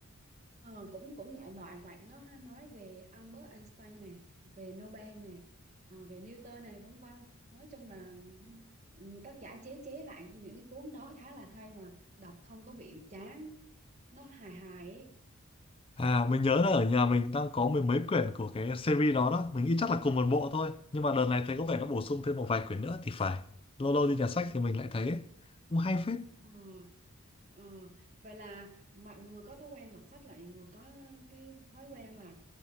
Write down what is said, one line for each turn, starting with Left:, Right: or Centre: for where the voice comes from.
Right: Ờ, cũng cũng đại loại vậy nó hay nói về Albert Einstein nè về Nobel nè ờ, về Newton này vân vân nói chung là ừ, tác giả chế chế lại những cái cuốn đó khá là hay mà đọc không có bị chán nó hài hài ấy.
Left: À, mình nhớ là ở nhà mình đang có mười mấy quyển của cái series đó đó. Mình nghĩ chắc là cùng một bộ thôi. Nhưng mà đợt này thấy có vẻ nó bổ sung thêm một vài quyển nữa thì phải. Lâu lâu đi nhà sách thì mình lại thấy ấy. cũng hay phết.
Right: Ờ, ờ. Vậy là Mạnh vừa có thói quen đọc sách lại vừa có cái thói quen là